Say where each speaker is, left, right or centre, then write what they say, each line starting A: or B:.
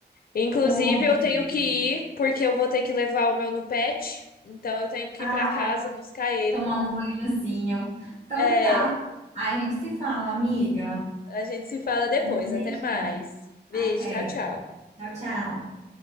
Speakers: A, on the left; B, on the right.
A: Inclusive,
B: Todos
A: eu tenho
B: eles.
A: que ir, porque eu vou ter que levar o meu no pet. Então, eu tenho que
B: Ah,
A: ir pra casa buscar ele.
B: tomar um banhozinho. Então
A: É.
B: tá. Aí a gente se fala, amiga.
A: A gente se fala depois.
B: Um beijão.
A: Até mais. Beijo,
B: Até.
A: tchau, tchau.
B: Tchau, tchau.